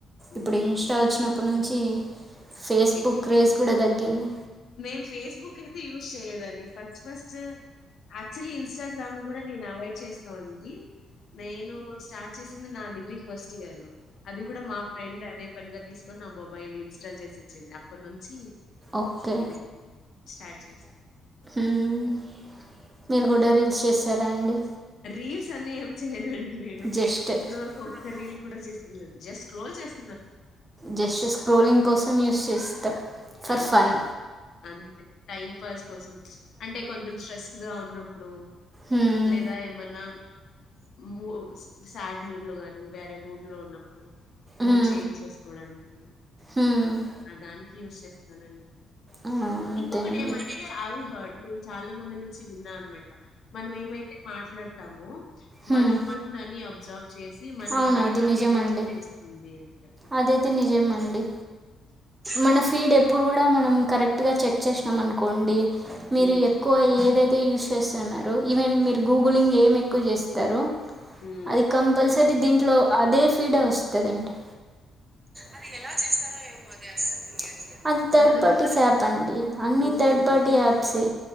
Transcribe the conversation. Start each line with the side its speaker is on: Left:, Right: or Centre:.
Left: మ్మ్
Right: ఇప్పుడు ఇంస్టా వచ్చినప్పటి నుంచి ఫేస్బుక్
Left: ఎక్కువ
Right: క్రేజ్ కూడా తగ్గింది
Left: నేను ఫేస్బుక్ అయితే యూజ్ చేయలేదండి ఫస్ట్ ఫస్ట్ యాక్చువల్లీ ఇన్స్టాగ్రామ్ కూడా నేను అవాయిడ్ చేస్తానుండి నేను స్టార్ట్ చేసింది నా డిగ్రీ ఫస్ట్ ఇయర్ లో అది కూడా మా ఫ్రెండ్ అదే పనిగా తీసుకొ నా మొబైల్ ఇన్స్టాల్ చేసింది అప్పటి నుంచి
Right: ఓకే
Left: సో ఇది స్టార్ట్ చేస
Right: మ్ మీరు కూడా రీల్స్ చేస్తారా అండి
Left: రీల్స్ అని ఏం చేయనండి నేను
Right: జస్ట్ ఇంతవరకు
Left: ఇప్పుడు వరకు ఒక్క రీల్ కూడా చేసింది లేదు జస్ట్ స్క్రోల్ చేస్
Right: జస్ట్ స్క్రోలింగ్ కోసం యూస్ చేస్తా ఫర్
Left: అంతే.
Right: ఫన్
Left: అంతే టైం పాస్ కోసం అంటే కొంచెం స్ట్రెస్ గా ఉన్నప్పుడు
Right: హ్మ్
Left: లేదా ఏమన్నా మూ సాాడ్ మూడ్ లో గానీ వేరే మూడ్ లో ఉన్నం మూడ్
Right: హ్మ్
Left: చేం్ చేసుకోవడానికి
Right: హ్మ్
Left: ఆ దానికి యూజ్ చేస్తానండి
Right: ఆ అంతే
Left: ఇంకొకటేమంటే
Right: అండి
Left: ఐ హర్డ్ నేను చాలా మంది నుంచి విన్నా అనమాట. మనం ఏమైతే మాట్లాడతామో,
Right: మ్
Left: మన ఫోన్ దాన్ని అబ్జర్వ్ చేసి మనకదే
Right: అవును అది
Left: ఫీడ్‌నే
Right: నిజమండి
Left: చూపిస్తుంది అని చెప్పి.
Right: అదైతే నిజమండి మన ఫీడ్ ఎప్పుడు కూడా మనం కరెక్ట్గా చెక్ చేసినాం అనుకోండి మీరు
Left: హ్మ్.
Right: ఎక్కువ ఏదై తే యూజ్ చేస్తున్నారో ఈవెన్డ్ మీరు గూగులింగ్ ఏం ఎక్కువ చేస్తారో
Left: హ్మ్.
Right: అది కంపల్సరీ దీంట్లో అదే ఫీడ్ వస్తదండి అది ఎలా చేస్తారో ఏమో అది అస్సలు తెలియట్లేదు
Left: మనం
Right: యాప్ అండి అన్ని
Left: హ్మ్.
Right: థర్డ్ పార్టీ యాప్స్ ఏ